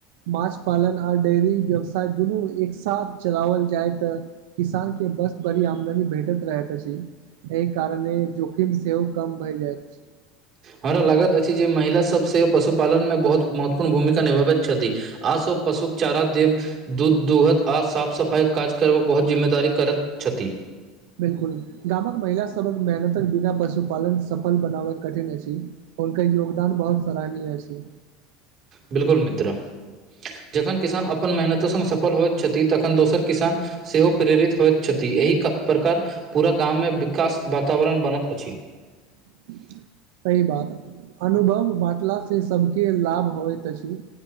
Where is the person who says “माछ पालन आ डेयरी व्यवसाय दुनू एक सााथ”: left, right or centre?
Right